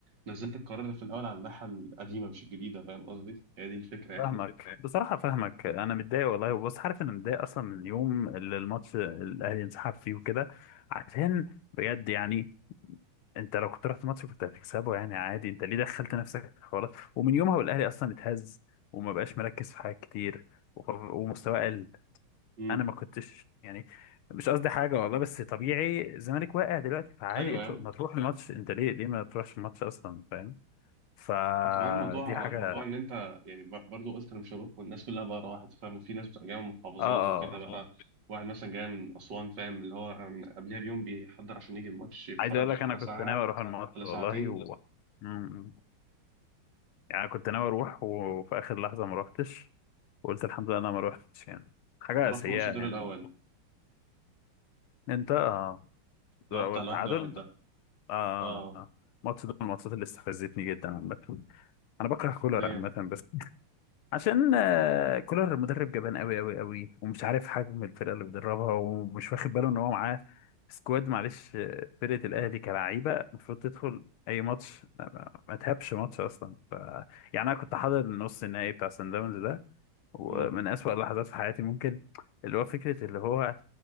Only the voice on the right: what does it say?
نزلت القرار في الأول على اللائحة القديمة مش الجديدة فاهم قصدي؟ هي دي الفكرة يعني
امم
أيوه
يعني
وكمان موضوع
موضوع إن أنت يعني ب- برضو قلت أنا مش هروح والناس كلها بقى راحت فاهم وفي ناس بتبقى جاية من محافظات
وكده بقى
واحد مثلا جاي من أسوان فاهم اللي هو من قبلها بيوم بيحضر عشان يجي الماتش يتفرج
على
ساعة
ولا
ساعتين
رحت
ماتش الدور
الأول
اللي
هو
بتاع الواحد
واحد ده
اه
ليه؟
امم